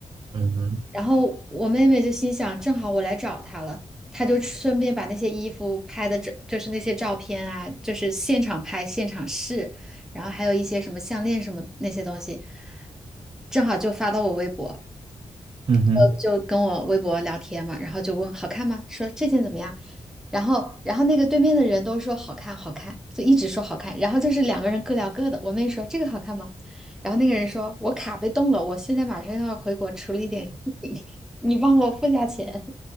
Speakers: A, on the right (about 45°); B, in the centre.
A: 嗯哼，
B: 然后我妹妹就心想，正好我来找她了，她就顺便把那些衣服拍的这，就是那些照片啊，就是现场拍、现场试，然后还有一些什么项链什么那些东西，正好就发到我微博。
A: 嗯哼，
B: 呃就跟我微博聊天嘛，然后就问好看吗？说这件怎么样？然后，然后那个对面的人都说好看，好看，就一直说好看。然后就是两个人各聊各的。我妹说这个好看吗？然后那个人说我卡被冻了，我现在马上要回国处理一点事情，<laughs> 你帮我付下钱。